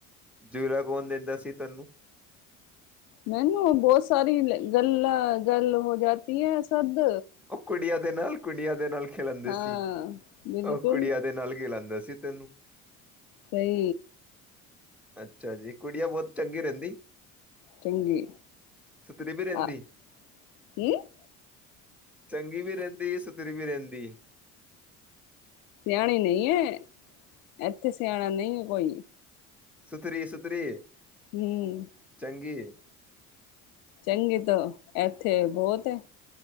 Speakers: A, in the centre; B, on the left.
A: ਝੂਲਾ ਕੌਨ ਦਿੰਦਾ ਸੀ ਤੈਨੂੰ?
B: ਮੈਨੂੰ ਬੋਤ ਸਾਰੀ ਗੱਲ ਗੱਰਲ ਹੋ ਜਾਤੀ ਹੈ ਸਦ।
A: ਓ ਕੁੜੀਆਂ ਦੇ ਨਾਲ-ਕੁੜੀਆਂ ਦੇ ਨਾਲ ਖਿਲਾਂਦੇ
B: ਹਾਂ
A: ਸੀ।
B: ਬਿਲਕੁਲ
A: ਓ ਕੁੜੀਆਂ ਦੇ ਨਾਲ ਖਿਲਾਂਦਾ ਸੀ। ਤੈਨੂੰ।
B: ਸਈ।
A: ਅੱਛਾ ਜੀ ਕੁੜੀਆ ਬੋਤ ਚੰਗੀ ਰੈਂਦੀ।
B: ਚੰਗੀ
A: ਸੁਤਰੀ ਵੀ ਰੈਂਦੀ।
B: ਆ ਹਮ
A: ਚੰਗੀ ਵੀ ਰੈਂਦੀ ਸੁਥਰੀ ਵੀ ਰੈਦੀ।
B: ਸਿਆਣੇ ਨਈ ਐ। ਐਥੇ ਸਿਆਣਾ ਨਈ ਐ ਕੋਈ।
A: ਸੁਥਰੀ-ਸੁਥਰੀ ਏ
B: ਹਮ
A: ਚੰਗੀ ਏ।
B: ਚੰਗੀ ਤੋ ਐਥੇ ਬੋਤ ਏ।